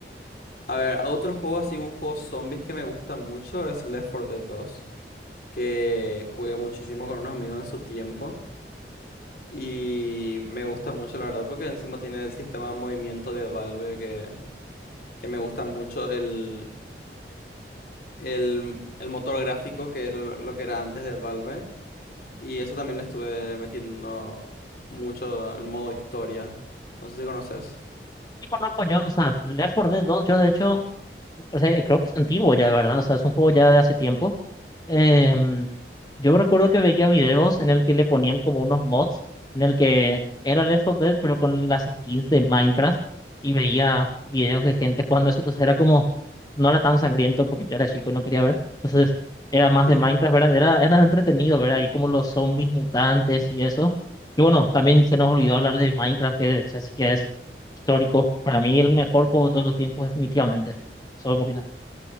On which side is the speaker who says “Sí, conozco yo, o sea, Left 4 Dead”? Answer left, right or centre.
Left